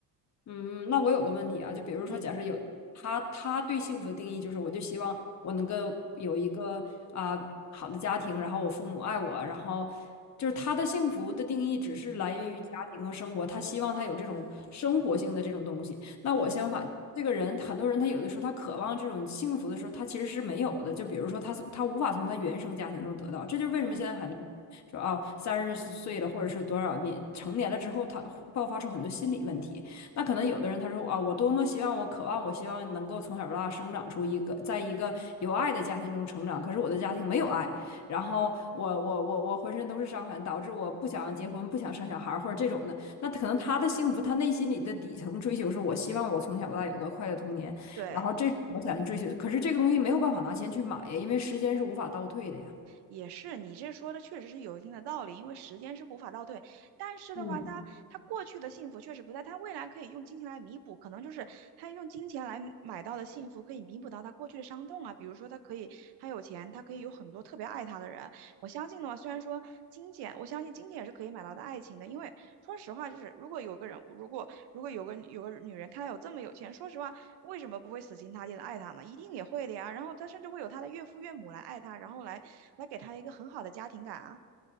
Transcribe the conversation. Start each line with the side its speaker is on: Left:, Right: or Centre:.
Left: 嗯，那我有个问题啊，就比如说，
Right: 嗯
Left: 假设有他，他对幸福的定义就是，我就希望我能够有一个啊、好的家庭，然后我父母爱我，然后就是他的幸福的定义只是来源于家庭和生活，
Right: 嗯
Left: 他希望他有这种生活性的这种东西。那我相反，
Right: 嗯
Left: 这个人很多人他有的时候他渴望这种幸福的时候，他其实是没有的。就比如说他从他无法从他原生家庭中得到，这就是为什么现在很多人说啊三十岁了或者是多少年成年了之后，
Right: 嗯，
Left: 他爆发出很多心理问题。那可能有的人他说啊，我多么希望，我渴望，我希望能够从小到大生长出一个，在一个有爱的家庭中成长。可是我的家庭没有爱，然后我我我我浑身都是伤痕，导致我不想结婚，不想生小孩或者这种的。那可能他的幸福，他内心里的底层追求是我希望我从小到大有个快乐童年，
Right: 对。
Left: 然后这是我想追求。可是这个东西没有办法拿钱去买呀，因为时间是无法倒退的呀。
Right: 也是，你这说的确实是有一定的道理，因为时间是无法倒退。但是的话，
Left: 嗯，
Right: 他他过去的幸福确实不在，他未来可以用金钱来弥补，可能就是他用金钱来买到的幸福，可以弥补到他过去的伤痛啊。比如说，他可以他有钱，他可以有很多特别爱他的人。我相信的话，虽然说金钱，我相信金钱也是可以买到的爱情的，因为说实话，就是如果有个人，如果如果有个有个女人看他有这么有钱，说实话，为什么不会死心塌地的爱他呢？一定也会的呀。然后他甚至会有他的岳父岳母来爱他，然后来来给他一个很好的家庭感啊。